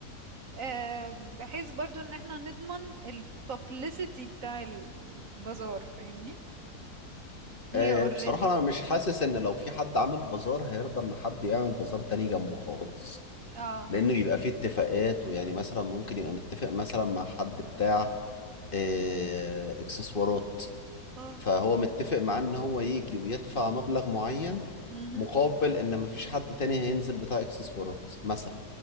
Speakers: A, on the right; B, on the left.
A: آه، بحيث برضو ان احنا نضمن البابليسيتي بتاع البازار فاهمني هي
B: أه
A: اوريدي
B: بصراحة أنا مش حاسس إن لو في حد عامل بازار هيرضى إن حد يعمل بازار تاني جنبه خالص
A: اه
B: لأن بيبقى فيه اتفاقات ويعني مثلا ممكن يبقى متفق مثلا مع حد بتاع آه، إكسسوارات
A: اه
B: فهو متفق معاه ان هو يجي ويدفع مبلغ معين
A: مهم.
B: مقابل ان مفيش حد تاني هينزل بتاع اكسسوارات مثلا